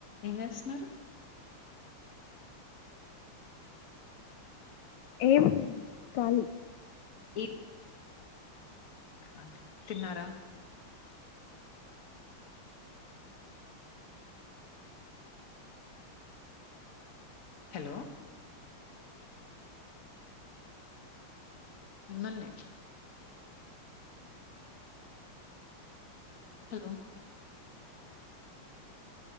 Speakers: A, on the left (about 45°); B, on the left (about 75°).
A: ఏం చేస్తున్నారు
B: ఏం లేదు కాలి
A: ఇ ఖాలి తిన్నారా హలో మిమ్మల్నే హలో